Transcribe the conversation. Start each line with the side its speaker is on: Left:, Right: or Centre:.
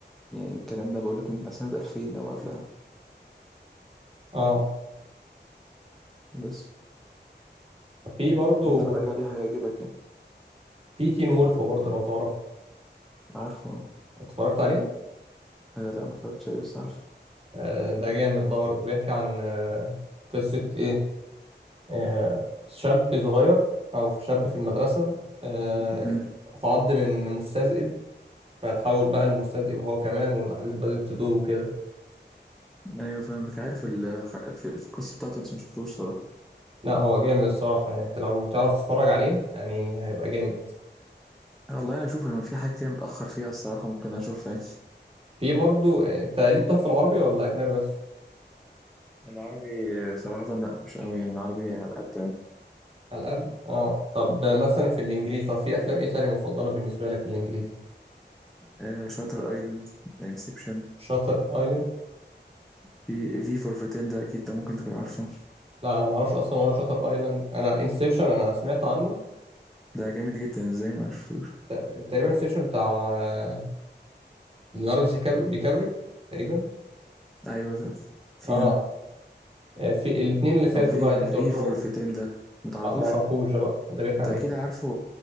Centre: يعني الكلام ده بقول لك من سنه 2000 او قبلها
Right: اه
Centre: بس
Right: في برضو
Centre: اتفرج عليه هيعجبك يعني
Right: في تين وولف برضو لو تعرف
Centre: عارفه
Right: اتفرجت عليه
Centre: آه لا ما اتفرجتش عليه بس عارفه
Right: آه ده جامد ده برضو بيحكي عن آه قصه ايه آه شاب صغير او شاب في المدرسه آه
Centre: مم.
Right: اتعض من مستذئب فتحول بقى المستذئب هو كمان والاحداث بدأت تدور وكده
Centre: ايوه فاهمك عارف ال- ح- في في القصه بتاعته بس ما شفتوش صراحه
Right: لا هو جامد الصراحة يعني انت لو تعرف تتفرج عليه يعني هيبقى جامد
Centre: آه، والله انا اشوف انا في حاجات كتير متاخر فيها الصراحه ممكن اشوفها
Right: في برضو انت ليك طب في العربي ولا اجنبي بس
Centre: يعني العربي صراحه لا مش قوي يعني العربي على قد
Right: على قد اه طب مثلا في الانجليزي طب في افلام ايه تانية مفضلة بالنسبة لك في الانجليزي
Centre: آه شاتر ايلاند انسبشن
Right: شاتر ايلاند
Centre: في في فور فيتين ده اكيد ده ممكن تكون عارفه
Right: لا انا ما اعرفش اصلا ولا شاتر ايلاند انا انسبشن انا سمعت عنه
Centre: ده جامد جدا ازاي ما شفتوش
Right: ت- تقريبا انسبشن بتاع آه، ليوناردو دي كاب- دي كابري تقريبا
Centre: ايوه ده فيها
Right: اه آه، في الاثنين اللي فاتوا
Centre: طب في
Right: بقى اللي انت قلتهم
Centre: في فور فيتين ده متعرفوش
Right: اه ما اعرفوش ده بقى ده بيحكي
Centre: انت
Right: عن
Centre: اكيد
Right: ايه
Centre: عارفه